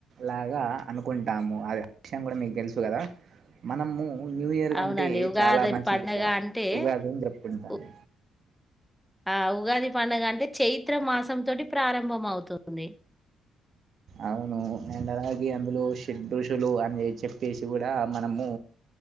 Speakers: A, on the right; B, in the centre.
A: లాగా అనుకుంటాము. అది ఆ విషయం కూడా మీకు తెలుసు కదా. మనము న్యూ ఇయర్ కంటే
B: అవునండి ఉగాది
A: చాలా మంచి
B: పండగ
A: గా
B: అంటే
A: ఉగాదిని జరుపుకుంటాము.
B: ఉ ఆ ఉగాది పండుగ అంటే చైత్ర మాసం తోటి ప్రారంభం అవుతుంది.
A: అవు అండ్ అలాగే అందులో షెడ్ రుచులు అని చెప్పేసి కూడా మనము